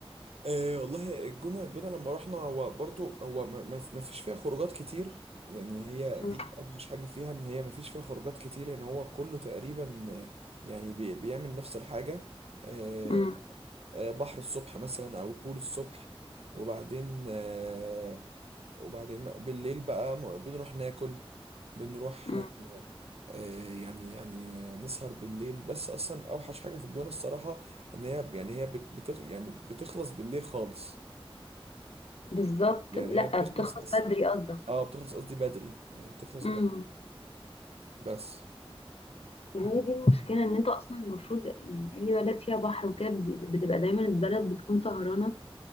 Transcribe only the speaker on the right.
أه والله الجونة الجونة لما رحنا هو برضو هو ما ما- ما فيش فيها خروجات كتير يعني هي
دي أوحش حاجة فيها إن هي ما فيش فيها خروجات كتير يعني هو كله تقريبا آه، يعني بي- بيعمل نفس الحاجة أه
آه، بحر الصبح مثلا أو بول الصبح وبعدين أه وبعدين بالليل بقى م- بنروح ناكل بنروح
أه آه، يعني يعني آه، نسهر بالليل بس أصلا أوحش حاجة في الجونة الصراحة ان هي يعني هي بت- بتخ يعني بتخلص بالليل خالص
يعني
هي بتخلص
حس...
اه بتخلص قصدي بدري يعني بتخلص بدري
بس